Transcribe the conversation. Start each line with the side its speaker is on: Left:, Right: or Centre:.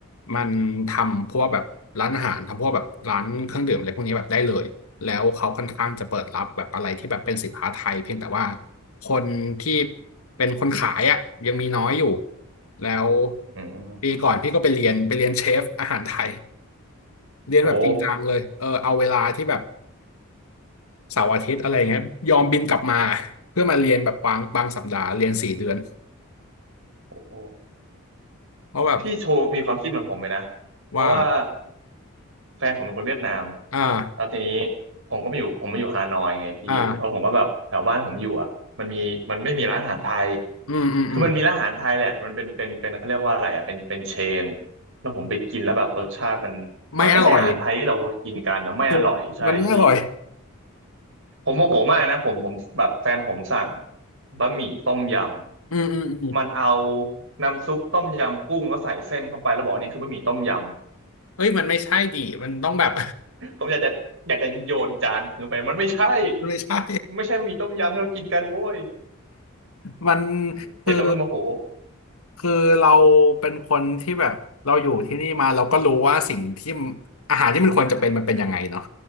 Left: มันทำพวกแบบร้านอาหารทำพวกแบบร้านเครื่องดื่มอะไรพวกนี้แบบได้เลยแล้วเขาค่อนข้างจะเปิดรับแบบอะไรที่แบบเป็นสินค้าไทยเพียงแต่ว่าคนที่เป็นคนขายอ่ะยังมีน้อยอยู่แล้ว
Right: อืม
Left: ปีก่อนพี่ก็ไปเรียนไปเรียนเชฟอาหารไทยเรียนแบบจริงจังเลยเออเอาเวลาที่แบบ
Right: โอ้
Left: เสาร์อาทิตย์อะไรเงี้ยยอมบินกลับมาเพื่อมาเรียนแบบบางบางสัปดาห์เรียนสี่เดือน
Right: โอ้
Left: เพราะแบบ
Right: พี่โชว์มีความคิดเหมือนผมไหมนะเพราะว่า
Left: ว่า
Right: แฟนผมเป็นคนเวียดนาม
Left: อ่า
Right: แล้วทีนี้ผมก็มาอยู่ผมมาอยู่ฮานอยไงพี่แล้วผมก็แบบแถวบ้านผมอยู่อ่ะมันมีมันไม่มีร้านอาหารไทย
Left: อ่าอืมอืมอืม
Right: คือมันมีร้านอาหารไทยแหละมันเป็นเป็นเป็นเขาเรียกว่าอะไรอ่ะเป็นเป็นเชนแล้วผมไปกินแล้วแบบรสชาติมันมันไม่ใช่อาหารไทยที่เรากินกันนะไม่อร่อยใช่พี่
Left: ไม่อร่อยถูกมันไม่อร่อย
Right: ผมโมโหมากนะผมผมแบบแฟนผมสั่งบะหมี่ต้มย
Left: อืมอืมอืม
Right: ำมันเอาน้ำซุปต้มยำกุ้งแล้วใส่เส้นเข้าไปแล้วบอกเนี่ยคือบะหมี่ต้มยำ
Left: เฮ้ยมันไม่ใช่ดิมันต้องแบบ
Right: ผมอยากจะอยากจะโยนจานคืนไปมันไม่ใช่
Left: <laughs> มันไม่ใช่
Right: มันไม่ใช่หมี่ต้มยำที่เรากินกันโว้ย
Left: มันคือ
Right: เห็นแล้วมันโมโห
Left: คือเราเป็นคนที่แบบเราอยู่ที่นี่มาเราก็รู้ว่าสิ่งที่อาหารที่มันควรจะเป็นมันเป็นยังไงเนาะ